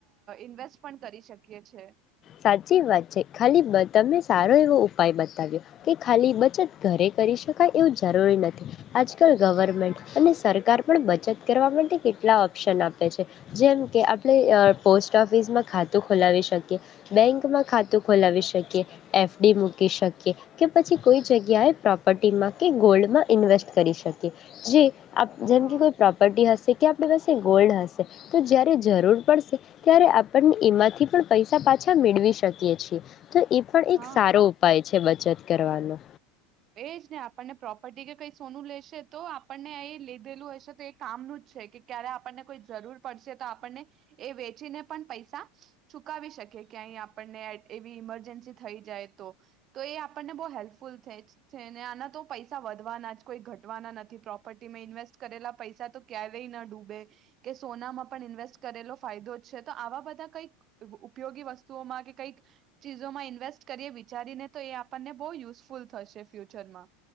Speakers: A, on the right; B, on the left.
A: ઇન્વેસ્ટ પણ કરી શકીએ છે.
B: સાચી વાત છે ખાલી તમે સારો એવો ઉપાય બતાવ્યો, કે ખાલી બચત ઘરે કરી શકાય એવું જરૂરી નથી, આજકાલ ગવર્મેન્ટ અને સરકાર પણ બચત કરવા માટે કેટલા ઓપ્શન આપે છે, જેમ કે આપણે પોસ્ટ ઓફિસમાં ખાતું ખોલાવી શકીએ. બેંક ખાતું ખોલાવી શકીએ. એફડી મૂકી શકીએ, કે પછી કોઈ જગ્યાએ પ્રોપર્ટીમાં કે ગોલ્ડમાં ઇન્વેસ્ટ કરી શકીએ, જે આપ જેમ
A: હા
B: કોઈ પ્રોપર્ટી હશે કે આપણી પાસે ગોલ્ડ હશે, તો જ્યારે જરૂર પડશે ત્યારે આપણને એમાંથી પણ પૈસા પા અચા મેળવી શકીએ છીએ. તો એ પણ એક
A: હા.
B: સારો ઉપાય છે બધ બ જત કરવાનો.
A: એ જ ને આપણને પ્રોપર્ટી કે કઈ સોનું લેશે તો આપણને એ લીધેલું હશે તો એ કામનું જ છે કે ક્યારે આપણને કોઈ જરૂર પડશે તો આપણને, એ વેચીને પણ પૈસા ચુકાવી શકે કે અહીં આપણને એવી ઈમરજન્સી થઈ જાય. તો, એ આપણને બહુ હેલ્પ ફૂલ થેજ છે ને આના તો પૈસા વધવાના જ કોઈ ઘટવાના નથી પ્રોપર્ટીમાં ઇન્વેસ્ટ કરેલા પૈસા તો ક્યારેય ન ડૂબે, કે સોનામાં પણ ઇન્વેસ્ટ કરેલો ફાયદો જ છે તો આવા બધા કંઈક ઉપયોગી વસ્તુઓમાં કે કંઈક, ચીજોમાં ઇન્વેસ્ટ કરીએ વિચારીને તો એ આપણને બહુ યુઝફુલ થશે. ફ્યુચરમાં.